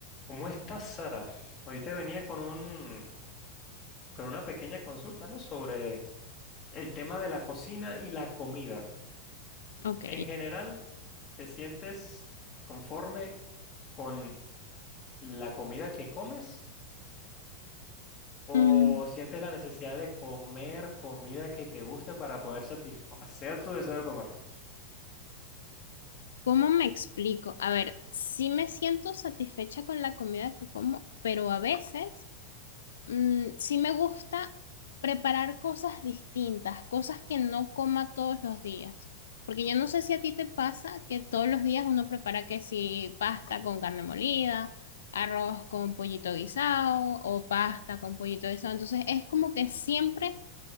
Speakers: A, on the left; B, on the left.
A: ¿Cómo estás, Sara? Hoy te venía con un, con una pequeña consulta, ¿no? Sobre el tema de la cocina y la comida.
B: Ok.
A: En general, ¿te sientes conforme con la comida que comes o
B: Mm,
A: sientes la necesidad de comer comida que te guste para poder satisfacer tu deseo de comer?
B: ¿Cómo me explico? A ver, sí me siento satisfecha con la comida que como, pero a veces mm, sí me gusta preparar cosas distintas, cosas que no coma todos los días. Porque yo no sé si a ti te pasa que todos los días uno prepara que si pasta con carne molida, arroz con pollito guisado o pasta con pollito guisado. Entonces es como que siempre